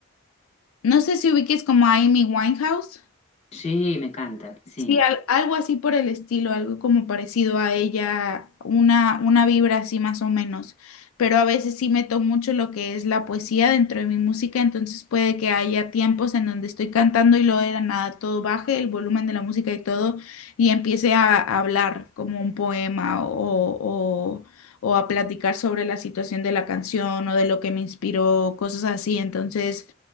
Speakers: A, on the left (about 80°); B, on the left (about 30°).
A: no sé si ubiques como a Amy Winehouse.
B: Sí, me encanta, sí.
A: Sí, al- algo así por el estilo, algo como parecido a ella, una, una vibra así más o menos. Pero a veces sí meto mucho lo que es la poesía dentro de mi música, entonces puede que haya tiempos en donde estoy cantando y luego de la nada todo baje, el volumen de la música y todo, y empiece a, a hablar como un poema o, o, o a platicar sobre la situación de la canción o de lo que me inspiró, cosas así. Entonces...